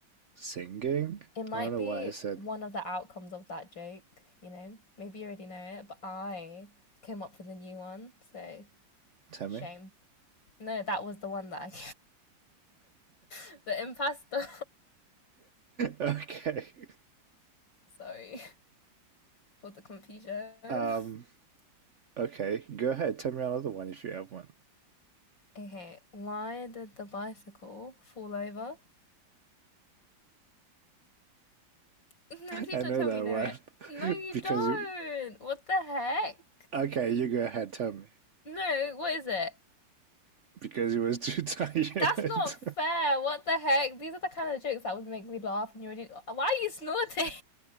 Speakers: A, on the right (about 60°); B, on the left (about 75°).
A: singing.
B: It might
A: I don't know
B: be
A: why I said
B: one of the outcomes of that joke, you know? Maybe you already know it, but I came up with a new one, so
A: tell
B: shame.
A: me.
B: No, that was the one that I <laughs> the impasto.
A: <laughs> okay.
B: <laughs> Sorry for the confusion.
A: Um okay, go ahead, tell me another one if you have one.
B: Okay, why did the bicycle fall over? <laughs> No, please
A: I
B: don't
A: know
B: tell
A: that
B: me you know
A: one
B: it. No, you
A: <laughs> because
B: don't.
A: you.
B: What the heck?
A: Okay, you go ahead. Tell me
B: No, what is it?
A: because he was too <laughs> tired.
B: That's not fair. What the heck? These are the kind of jokes that would make me laugh, and you already. Why are you snorting?